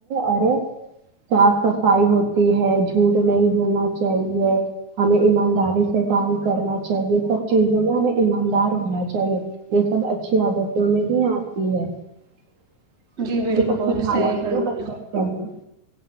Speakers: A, on the right; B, on the right.
A: اور صاف صفائی ہوتی ہے جھوٹ نہیں بولنا چاہیے ہمیں ایمانداری سے کام کرنا چے سب چیزوں میں ہمیں ایماندار ہونا چاہیے یہ سب اچھی عادتوں میں بھی آتی ہے یہ
B: جی بالکل
A: سب کچھ کھانا
B: صحیح
A: چاہیے
B: فرمایا
A: بس پہے